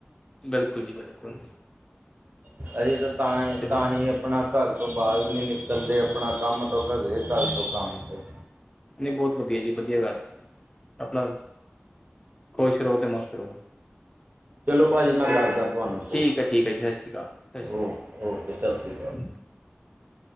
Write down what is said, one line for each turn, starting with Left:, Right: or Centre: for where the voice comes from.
Left: ਬਿਲਕੁਲ ਜੀ, ਬਿਲਕੁਲ।
Right: ਸੀ ਤਾਂ ਤਾਂਹੀ,
Left: ਚਲੋ
Right: ਤਾਂ ਹੀ ਆਪਣਾ ਘਰ ਤੋ ਬਾਹਰ ਵੀ ਨੀ ਨਿਕਲਦੇ, ਆਪਣਾ ਕੰਮ। ਕੰਮ ਤੋ ਘਰੇ, ਘਰ ਤੋਂ ਕੰਮ ਤੇ।
Left: ਨਹੀ ਬਹੁਤ ਵਧੀਆ ਜੀ, ਵਧੀਆ ਗੱਲ ਆ ਆਪਣਾ। ਖੁਸ਼ ਰਹੋ, ਤੇ ਮਸਤ ਰਹੋ।
Right: ਚਲੋ ਭਾਜੀ ਮੈਂ
Left: ਚਲੋ,
Right: ਕਰਦਾ ਤੁਹਾਨੂੰ
Left: ਠੀਕ
Right: ਫੋਨ
Left: -ਠੀਕ ਏ ਜੀ, ਸ਼ਸ਼ੀ ਕਾਲ, ਸ਼ਸ਼ੀ
Right: ਓ
Left: ਅਕਾਲ।
Right: ਓਕੇ ਸਤਿ ਸ਼੍ਰੀ